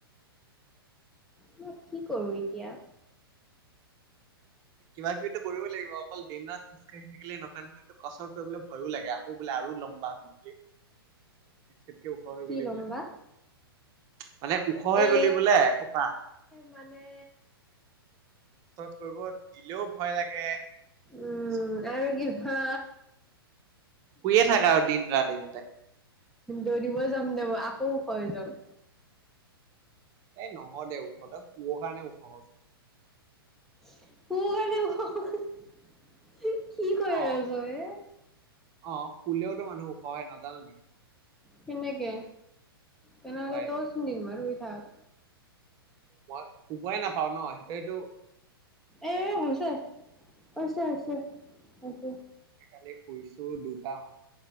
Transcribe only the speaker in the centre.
মই কি কৰো এতিয়া
কি
ল'ম
বা?
এ
মানে
উম
আৰু কি ভা
দৌৰিব যাম দে ম আকৌ ওষ হৈ যাম
শু কাৰনে ওখ হি- হি কি কৈ
আছ হে
কেনেকে তেনেলে
তচ ন দিন মাৰু সাত
এএ এ হৈছে হৈছে হৈছে হৈছে